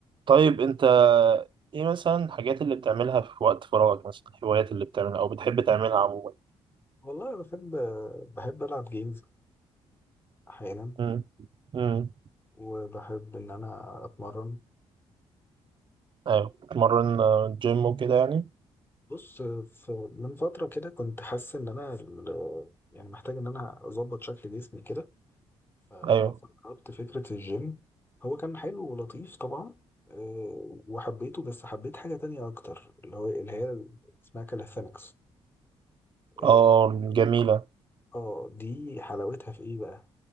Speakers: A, on the right; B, on the left.
A: طيب انت ايه مثلا الحاجات اللي بتعملها في وقت فراغك مثلا الهوايات اللي بتعملها او بتحب تعملها عموما
B: والله أنا بحب بحب ألعب جيمز أحيانا
A: امم امم
B: وبحب إن أنا أتمرن
A: ايوه بتمرن آه، جيم وكده يعني
B: بص ف- من فترة كده كنت حاسس إن أنا ال- يعني محتاج إن أنا أظبط شكل جسمي كده ف-
A: ايوه
B: فجربت فكرة الجيم هو كان حلو ولطيف طبعا آه، وحبيته بس حبيت حاجة تانية أكتر اللي هو اللي هي اسمها كاليثينكس اه
A: اه جميلة
B: آه، دي حلاوتها في إيه بقى؟